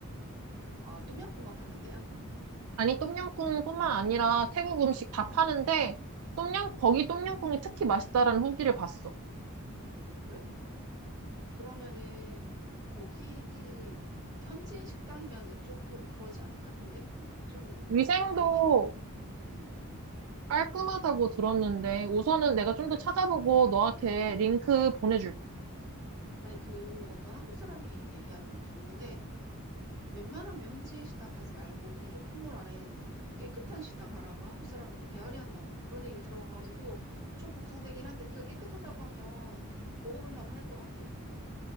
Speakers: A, on the right (about 15°); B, on the right (about 70°).
A: 아, 똠얌꿍만 파는 데야?
B: 아니, 똠양꿍뿐만 아니라 태국 음식 다 파는데, 똠양, 거기 똠양꿍이 특히 맛있다라는 후기를 봤어.
A: 아, 그래? 그러면은 거기 현지인 식당이면은 조금 그러지 않을까? 근데 좀
B: 위생도
A: 뭐 아니 어, 음, 음,
B: 깔끔하다고 들었는데 우선은 내가 좀
A: 그래?
B: 더 찾아보고 너한테 링크 보내줄게.
A: 음. 아니 그 어떤 한국 사람이 얘기하는 걸 들었는데 웬만하면 현지인 식당 가지 말고 그냥 쇼핑몰 안에 있는 깨끗한 식당 가라고 한국 사람들 배앓이 한다고 막 그런 얘기를 들어가지고 좀 걱정되긴 한데 네가 깨끗하다고 하면 먹어볼 만은 할 것 같아.